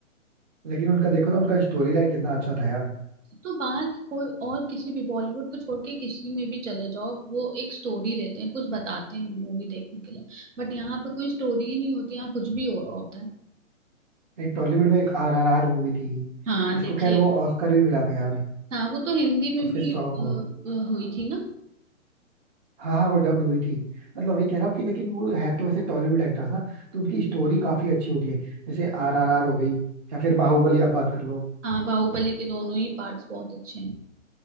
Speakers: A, on the right; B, on the right.
A: लेकिन उनका देखो ना उनका स्टोरी लाइन कितना अच्छा था यार
B: तो बाहर की कोई और किसी भी बॉलीवुड को छोड़ के किसी में भी चले जाओ वो एक स्टोरी देते हैं कुछ बताते हैं मूवी देखने के लिए बट यहाँ पे कोई स्टोरी ही नहीं होती यहाँ कुछ भी हो रहा होता है
A: एक टॉलीवुड में एक आर आर आर मूवी थी
B: हाँ
A: जिसको
B: देखिए
A: खैर वो ऑस्कर भी मिला था यार
B: हाँ वो तो हिंदी में
A: उसके
B: भी
A: सॉन्ग
B: अ,
A: को
B: अ, हुई थी ना
A: हाँ हाँ वो डब्ड हुई थी मतलब वही कह रहा हूँ कि लेकिन वो है तो वैसे टॉलीवुड एक्टर्स ना तो उनकी स्टोरी काफी अच्छी होती है जैसे आर आर आर हो गई या फिर बाहुबली आप बात कर लो
B: हाँ बाहुबली के दोनों ही पार्ट्स बहुत अच्छे हैं